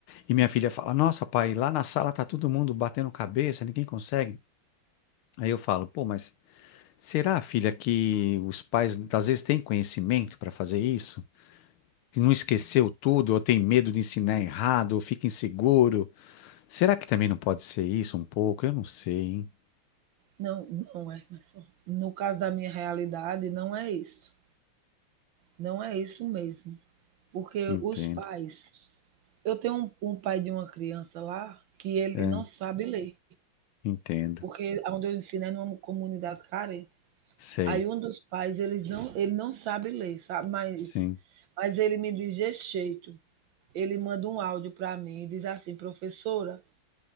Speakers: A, on the left; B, on the right.
A: e minha filha fala: "Nossa, pai, lá na sala tá todo mundo batendo cabeça, ninguém consegue". Aí eu falo: "Pô, mas será, filha, que os pais às vezes têm conhecimento para fazer isso?" que não esqueceu tudo, ou tem medo de ensinar errado, ou fica inseguro. Será que também não pode ser isso um pouco? Eu não sei, hein?
B: não, não, é, Emerson. No caso da minha realidade, não é isso. Não é isso mesmo. Porque
A: Entendo.
B: os pais, eu tenho um, um pai de uma criança lá que ele
A: É,
B: não sabe ler,
A: entendo.
B: porque onde eu ensino é numa comunidade carente.
A: Sei.
B: Aí um dos pais, eles não, ele não sabe ler, sabe? Mas,
A: Sim.
B: mas ele me diz desse jeito. Ele manda um áudio para mim e diz assim, professora,